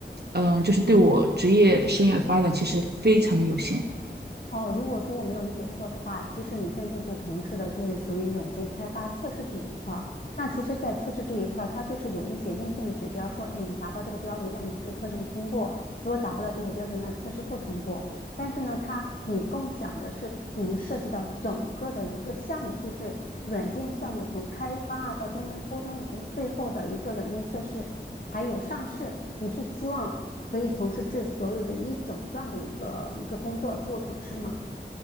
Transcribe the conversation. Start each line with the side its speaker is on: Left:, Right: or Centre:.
Right: 嗯、就是对我职业生涯的发展其实非常的有限。
Left: 哦，如果说我没有理解错的话，其实你现在所从事的就是属于软件开发测试这一块儿。那其实，在测试这一块儿，它就是有一些硬性的指标，说，哎，你达到这个标准，那你这测试就通过；如果达不到这些标准，那测试不通过。但是呢，它你共享的是能涉及到整个的一个项目，就是软件项目从开发啊到中间沟通，以及最后的一个软件测试，还有上市。你是希望可以从事至所有的一整段的一个一个工作过程，是吗？